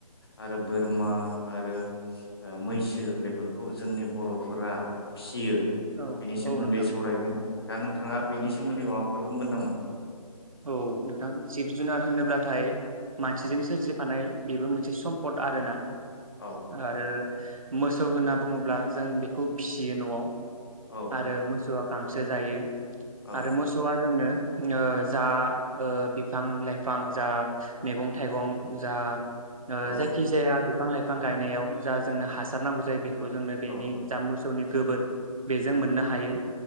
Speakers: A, on the left (about 40°); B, on the right (about 60°).
A: आरो बोरमा आरो मैसो बेफोरखौ जोंनि बर'फोरा फिसियो
B: औ
A: बेनि सोमोन्दै
B: औ नोंथां
A: सावरायगोन दा नोंथां थाङा बेनि
B: औ
A: सोमोन्दै माबा फोर बुंगोन नामा?
B: औ नोंथां जिब जुनार होनोब्लाथाय मानसिजों
A: औ
B: सोरजिफानाय बेबो मोनसे सम्पद आरोना
A: औ औ
B: आरो मोसौ होनना बुङोब्ला जों खौ फिसियो न'आव
A: औ
B: आरो मोसौआ गांसो सो जायो
A: औ
B: आरो मोसौआ जोंनो ओ जा ओ बिफां लाइफां जा मैगं थाइगं जा ओ
A: औ
B: जायखि जाया बिफां लाइफां गायनायाव जा जोंनो हासारनांगौ जायो बेखौ खौ जोंनो
A: औ
B: बेनि जामुस सौ नि गोबोर बेजों मोननो हायो‌।